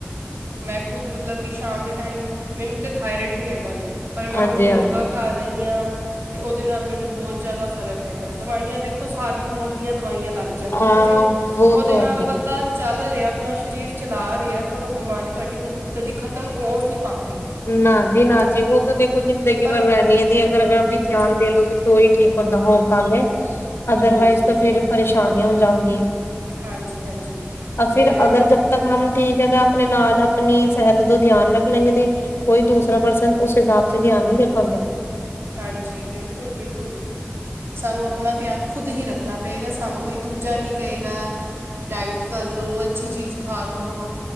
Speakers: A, on the right; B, on the left.
A: ਮੈਂ ਖੁਦ ਮਤਲਬ ਕਿ ਸ਼ਾਮ ਦੇ ਟਾਈਮ ਮੈਨੂੰ ਤੇ ਥਾਇਰਇਡ ਵੀ ਹੈਗਾ ਜੇ ਪਰ ਮੈਂ
B: ਹਾਂਜੀ-ਹਾਂਜੀ
A: ਹੁਣ ਯੋਗਾ ਕਰ ਰਹੀਆਂ। ਤੇ ਓਦੇ ਨਾਲ ਮੈਨੂੰ ਬੋਤ ਜਿਆਦਾ ਫ਼ਰਕ ਹੈਗਾ, ਦਵਾਈਆਂ ਦੇਖੋ, ਸਾਰੀ ਉਮਰ ਦੀਆਂ ਦਵਾਈਆਂ ਲੱਗ ਜਾਂਦੀਆਂ
B: ਅ
A: ਜੇ।
B: ਵੋ
A: ਓਦੇ
B: ਤੋ
A: ਨਾਲ
B: ਹੈ ਜੀ
A: ਬੰਦਾ ਚੱਲ ਰਿਆ, ਆਪਣਾ ਸਰੀਰ ਚਲਾ ਰਿਆ ਪਰ ਓ ਬਿਮਾਰੀ ਤੁਆਡੀ ਕਦ ਕਦੀ ਖਤਮ ਹੋ ਨੀਂ ਪਾਂਦੀ।
B: ਨਾਂ ਜੀ ਨਾਂ, ਜੀਹੂ ਤਾਂ ਦੇਖੋ ਜ਼ਿੰਦਗੀ
A: ਪਰ
B: ਭਰ ਰੈਣੀ ਐ ਜੀ, ਅਗਰ ਅਗਰ ਆਪ ਦੀ ਧਿਆਨ
A: ਹਾਂਜੀ
B: ਦੇ ਲੋੋਗੇ ਤੇ ਤੋ ਈ ਠੀਕ ਹੁੰਦਾ ਹੋ ਪਾਵੋਗੇ, ਅਦਰ
A: ਹਾਂਜੀ
B: ਵਾਈਜ਼ ਤੇ ਫਿਰ ਪਰੇਸ਼ਾਨੀ ਹੋ ਜਾਂਦੀ ਐ।
A: ਹਾਂਜੀ ਹਾਂਜੀ
B: ਅ ਫਿਰ
A: ਤੇ
B: ਅਗਰ ਜ ਤ ਹਮ ਠੀਕ ਹੈ ਤਾਂ ਆਪਣੇ ਨਾਲ ਆਪਣੀ ਸਿਹਤ ਦਾ ਧਿਆਨ ਰੱਖ ਲੈਂਗੇ ਦੀ ਕੋਈ ਦੂਸਰਾ ਪਰਸਨ ਉਸ ਹਿਸਾਬ ਸੇ ਧਿਆਨ ਨਈਂ ਦੇ ਪਾਂਦੇ।
A: ਹਾਂਜੀ ਬਿਲਕੁਲ ਬਿਲਕੁਲ, ਸਾਨੂੰ ਆਪਣਾ ਧਿਆਨ ਖੁਦ ਹੀ ਰੱਖਣਾ ਪਏਗਾ, ਸਾਨੂੰ ਕੋਈ ਦੂਜਾ ਨੀ ਕਏਗਾ ਡਾਈਟ ਕਰਲੋ ਅੱਛੀ ਚੀਜ਼ ਖਾ ਲੋ।